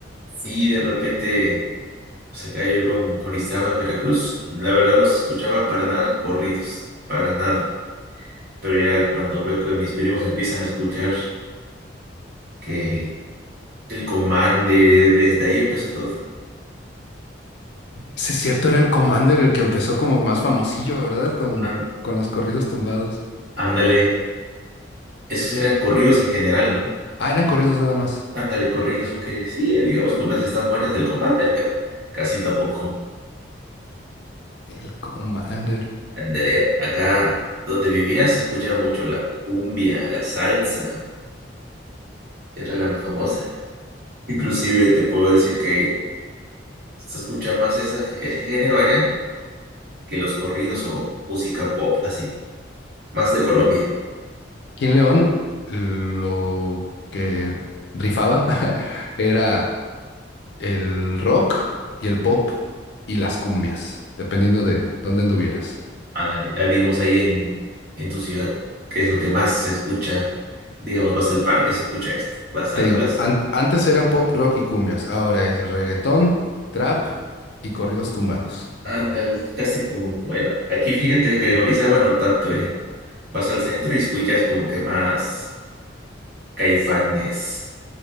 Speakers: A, on the right; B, on the left.
A: Sí, de repente Se cayó con Orizaba, Veracruz. La verdad no se escuchaban para nada corridos, para nada. Pero ya cuando veo que mis primos empiezan a escuchar que el Commander, desde ahí empezó todo.
B: Sí, es cierto, era el Commander el que empezó como más famosillo, ¿verdad? Con,
A: Án-
B: con los corridos tumbados.
A: ándale, esos eran corridos en general, ¿no?
B: Ah, eran corridos nada más.
A: Ándale, corridos, aunque sí, digamos que unas están buenas del Commander, pero casi tampoco.
B: El Commander.
A: Ándale, acá donde vivía se escuchaba mucho la cumbia, la salsa, era la más famosa. Inclusive te puedo decir que Se escucha más esa, ese género allá que los corridos o música pop, así, más de Colombia.
B: Aquí en León, lo que rifaba <laughs> era el rock y el pop y las cumbias, dependiendo de dónde anduvieras.
A: Ándale, ah, digamos ahí en, en tu ciudad, ¿qué es lo que más se escucha? Digamos, vas al parque, se escucha esto, vas a
B: Te
A: la
B: digo,
A: plaza.
B: an- antes era pop, rock y cumbias, ahora es reggaetón, trap y corridos tumbados.
A: Ándale, casi como, bueno, aquí fíjate que en Orizaba no tanto, eh. Vas al centro y escuchas como que más Caifanes,